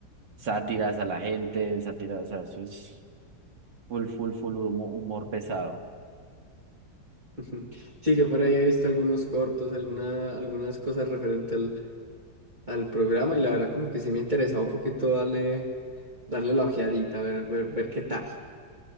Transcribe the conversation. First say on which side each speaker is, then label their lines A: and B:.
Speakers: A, on the right (about 75°); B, on the right (about 25°).
A: sátiras a la gente, sátiras, o sea, eso es full, full, full humo- humor pesado.
B: <laughs> Sí, yo por ahí he visto algunos cortos, alguna, algunas cosas referentes al programa y la verdad como que sí me interesaba un poquito darle, darle la ojeadita, ver, ver, ver qué tal.